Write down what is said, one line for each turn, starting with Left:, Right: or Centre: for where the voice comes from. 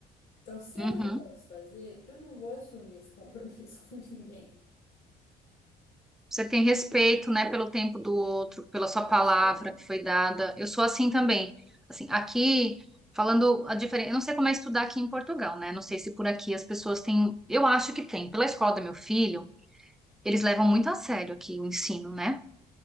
Left: Então, se
Centre: Uhum.
Left: eu não posso fazer, eu não vou assumir esse compromisso <laughs> com ninguém.
Centre: Você tem respeito, né, pelo tempo do outro, pela
Left: Ah,
Centre: sua
Left: não,
Centre: palavra
Left: só isso.
Centre: que foi dada. Eu sou assim também. Assim, aqui, falando a diferença, eu não sei como é estudar aqui em Portugal, né? Não sei se por aqui as pessoas têm, eu acho que tem. Pela escola do meu filho, eles levam muito a sério aqui o ensino, né?